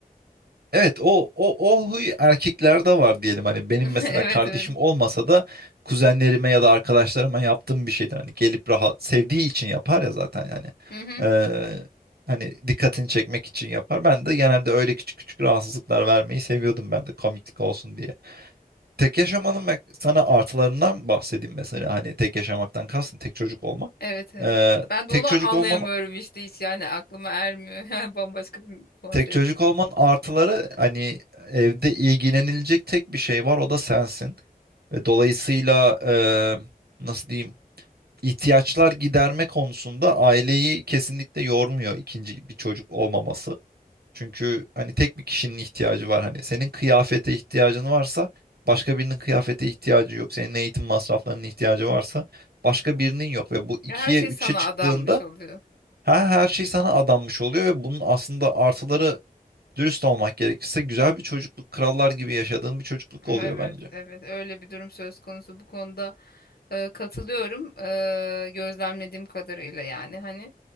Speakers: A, on the right; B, on the left.
A: Evet o o o huy erkeklerde var diyelim hani benim
B: <laughs>
A: mesela
B: Evet
A: kardeşim
B: evet.
A: olmasa da kuzenlerime ya da arkadaşlarıma yaptığım bir şeydir hani gelip rahat sevdiği için yapar ya zaten yani
B: Hı hı.
A: Ee, hani dikkatini çekmek için yapar ben de genelde öyle küçük küçük rahatsızlıklar vermeyi seviyordum ben de komiklik olsun diye. Tek yaşamanın ben sana artılarından bahsedeyim mesela hani tek yaşamaktan kastım tek çocuk olmak.
B: Evet evet.
A: Ee,
B: Ben
A: tek
B: de onu
A: çocuk
B: anlayamıyorum
A: olman
B: işte hiç yani aklıma ermiyor. <laughs> Yani bambaşka bir konsept.
A: Tek çocuk olmanın artıları hani evde ilgilenilecek tek bir şey var o da sensin. Ve dolayısıyla e, nasıl diyeyim ihtiyaçlar giderme konusunda aileyi kesinlikle yormuyor ikinci bir çocuk olmaması. Çünkü hani tek bir kişinin ihtiyacı var hani senin kıyafete ihtiyacın varsa başka birinin kıyafete ihtiyacı yok. Senin eğitim masraflarının ihtiyacı varsa başka birinin yok ve bu ikiye
B: Her şey
A: üçe
B: sana
A: çıktığında
B: adanmış oluyor.
A: ha, her şey sana adanmış oluyor ve bunun aslında artıları Dürüst olmak gerekirse güzel bir çocukluk, krallar gibi yaşadığın bir çocukluk
B: Evet
A: oluyor bence.
B: evet öyle bir durum söz konusu bu konuda e, katılıyorum. E, gözlemlediğim kadarıyla yani hani.